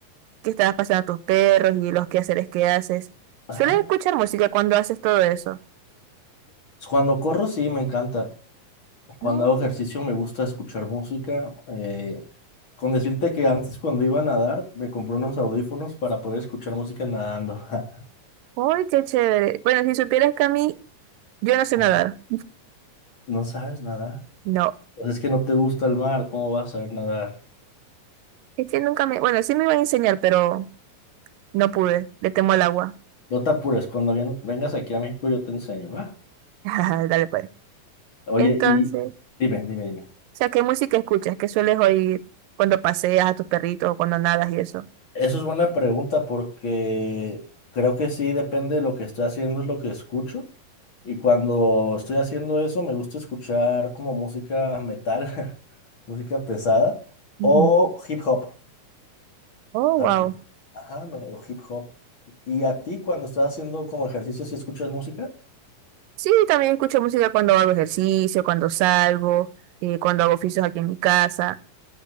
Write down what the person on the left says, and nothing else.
Ajá.
Cuando corro, sí, me encanta. Cuando
hago ejercicio, me gusta escuchar música. eh, con decirte que antes, cuando iba a nadar, me compré unos audífonos para poder escuchar música nadando. <laughs>
Ajá.
¿No sabes nadar?
Pues es que no te gusta el mar, ¿cómo vas a saber nadar?
No te apures, cuando vien- vengas aquí a México yo te enseño, ¿va?
Oye,
y
dime, dime, dime.
Eso es buena pregunta porque creo que sí depende de lo que estoy haciendo, es lo que escucho. Y cuando estoy haciendo eso, me gusta escuchar como música metal, <laughs> música pesada
o hip hop
también.
Ajá, me- o hip hop. ¿Y a ti cuando estás haciendo como ejercicio, si escuchas música?